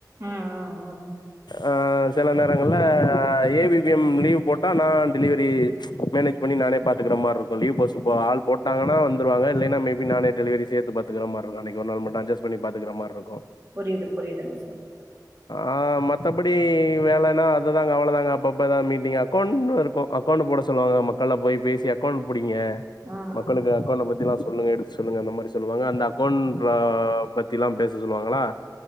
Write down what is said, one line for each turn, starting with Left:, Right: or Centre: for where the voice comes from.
Right: அ அ அ
Left: ஆ சில நேரங்கள்ல A B P M leave போட்டா நா டெலிவரி மேனேஜ் பண்ணி நானே பாத்துக்ற மாரி இருக்கு லீவ் போஸ்ட் ஆள் போட்டாங்கன்னா வந்துருவாங்க இல்லைனா மேபி நானே டெலவரி சேத்து பாத்துக்ற மாரிக்கு அன்னைக்கு ஒரு நாள் மட்டு அட்ஜஷ் பன்னி பாத்துக்ற மாரி இருக்கு
Right: புரியுது புரியுதுங்க சார்
Left: ஆ மத்தபடி வேலன்னா அதுதாங்க அவ்ளதாங்க அப்ப அப்ப எதா மீட்டிங் அகௌண்ட்ல இருக்கு அகௌன்ட் போட சொல்லுவாங்க மக் மக்கள்ட போய் பேசி அக்கௌண்ட் பிடிங்க
Right: ம்
Left: மக்களுக்கு
Right: ம்
Left: அக்கௌண்ட பத்தி லா சொல்லுங்க எடுத்து சொல்லுங்க அந்த மாரி சொல்லுவாங்க அந்த அக்கௌண்ட்ல பத்திலா பேச சொல்லுவாங்களா